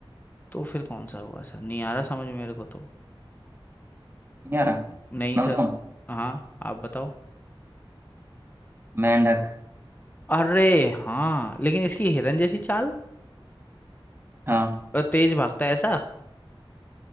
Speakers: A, on the left; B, on the right.
A: तो फिर कौन सा होगा सर नहीं आ रहा समझ मेरे को तो
B: नहीं आ रहा
A: नहीं
B: मैं
A: सर
B: बताऊं
A: हाँ आप बताओ
B: मेंढक
A: अरे हाँ लेकिन इसकी हिरन जैसी चाल
B: हाँ
A: और तेज भागता है ऐसा